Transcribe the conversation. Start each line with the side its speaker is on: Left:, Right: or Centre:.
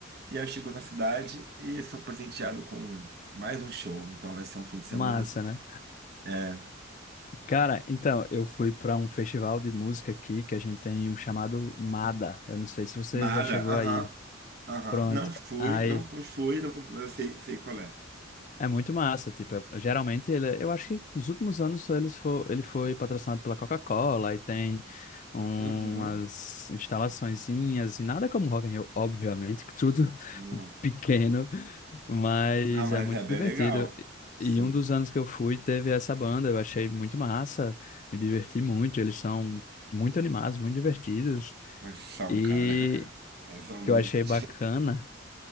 Right: E aí eu chego na cidade e sou presenteado com mais um show. Então vai ser um fim de semana.
Left: Massa, né?
Right: É.
Left: Cara, então, eu fui para um festival de música aqui que a gente tem um chamado MADA. Eu não sei se você
Right: Mada,
Left: já chegou
Right: aham,
Left: aí.
Right: aham.
Left: Pronto.
Right: Não fui,
Left: Aí
Right: não fui, não, mas eu sei, sei qual é.
Left: é muito massa, tipo, é- geralmente ele, é- eu acho que nos últimos anos eles fo- ele foi patrocinado pela Coca-Cola e tem umas
Right: Uhum.
Left: instalaçõezinhas e nada como Rock in Rio, obviamente, que tudo
Right: Não.
Left: <laughs> pequeno. Mas
Right: Não, mas
Left: é muito
Right: é bem
Left: divertido.
Right: legal.
Left: E
Right: Sim.
Left: um dos anos que eu fui teve essa banda, eu achei muito massa, me diverti muito. Eles são muito animados, muito divertidos.
Right: Mas São,
Left: E
Right: cara. <laughs> Mas São
Left: o
Right: muito.
Left: que eu achei
Right: de-
Left: bacana